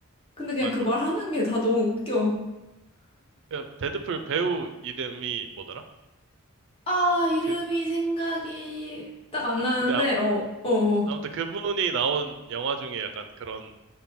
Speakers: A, on the left (about 25°); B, on the right (about 55°).
A: 근데 그냥
B: 맞아.
A: 그 말하는 게 다 너무 웃겨.
B: 그 데드풀 배우 이름이 뭐더라?
A: 아, 이름이
B: 그,
A: 생각이 딱 안 나는데,
B: 근데 아무,
A: 어, 어, 어.
B: 아무튼 그분이 나온 영화 중에 약간 그런